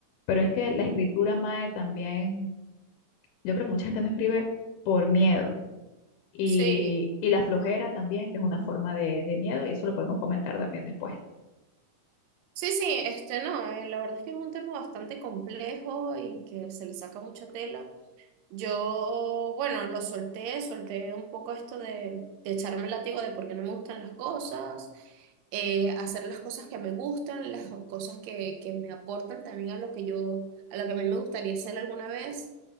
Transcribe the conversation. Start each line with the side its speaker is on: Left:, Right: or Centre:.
Left: Pero es que la escritura, Mae, también, yo creo que mucha gente no escribe por miedo y,
Right: Sí,
Left: y la flojera también, que es una forma de, de miedo y eso lo podemos comentar también después.
Right: sí, sí, este no, eh, la verdad es que es un tema bastante complejo y que se le saca mucha tela. Yo, bueno, lo solté, solté un poco esto de, de echarme el látigo de por qué no me gustan las cosas, eh, hacer las cosas que me gustan, las cosas que, que me aportan también a lo que yo, a lo que a mí me gustaría hacer alguna vez.